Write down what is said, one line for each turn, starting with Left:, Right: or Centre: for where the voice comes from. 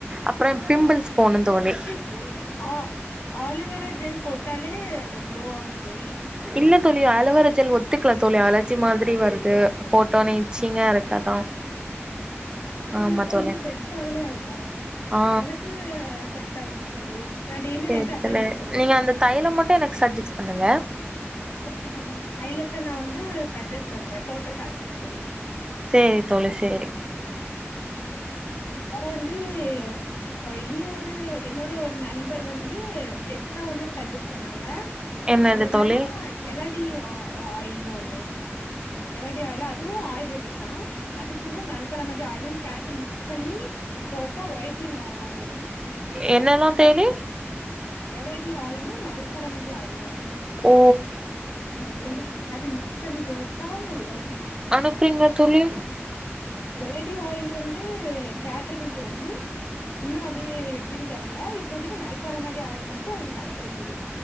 Right: அப்றோ பிம்பிள்ஸ் போணு தோழி
Left: ஸு ஆ ஆலிவேரா ஜெல் போட்டாலே க்ளோ ஆகும் தோழி
Right: இல்ல தோழி அலோவரா ஜெல் ஒத்துக்கல தோழி அலர்ஜி மாதிரி வருது போட்டோனே இச்சிங்கா இருக்கு அதா
Left: அப்டியா தோழி அப்ப
Right: ஆமா
Left: உங்க ஸ்கின்னுக்கு
Right: தோழி
Left: செட் ஆவலையா இருக்கு
Right: ஆ
Left: எனக்கு செட் ஆகுது தோழி நா டெய்லி
Right: சேரி
Left: நைட்டு அதா
Right: தோழி
Left: யூஸ் பண்ணுவே
Right: நீங்க அந்த தைலம் மட்டும் எனக்கு சட்ஜெக்ஸ் பண்ணுங்க
Left: ஓகே தோழி தைலத்த நா வந்து சஜஸ் பண்றே போட்டோஸ் அனுப்புறே தோழி
Right: சேரி தோழி சேரி
Left: ம் வேற வந்து அ இனி ஒரு என்னோட ஒரு நண்பர் வந்து எக்ஸ்ட்ரா ஒன்னு சஜஸ் சொன்னாங்க
Right: என்னது
Left: அது என்னன்னா
Right: தோழி
Left: எலடி ஆ ஆயில்னு ஒன்னு எலடி ஆயில் அதுவு ஆயுர்வேதிக் தா அது கூட நல்பறமதி ஆயிலுன் சேத்து மிக்ஸ் பண்ணி போட்டா ஒயிட்னிங் ஆகுமா தோழி
Right: என்னல்லா தேழி
Left: எலடி ஆயிலு நல்பறமதி ஆயிலு
Right: ஓ
Left: ம் ரெண்டத்தயு சேத்து மிக்ஸ் பண்ணி போட்டா ஒயிட்னிங்
Right: அனுப்புறீங்ளா
Left: ஒயிட்
Right: தோழி
Left: எலடி ஆயில் வந்து கேட்ருக்கே தோழி இன்னு அது எப்டின் தெர்ல இப்போதைக்கு நல்பறமதி ஆயில் மட்டு உங்ளுக்கு அனுப் அனுப்றே தோழி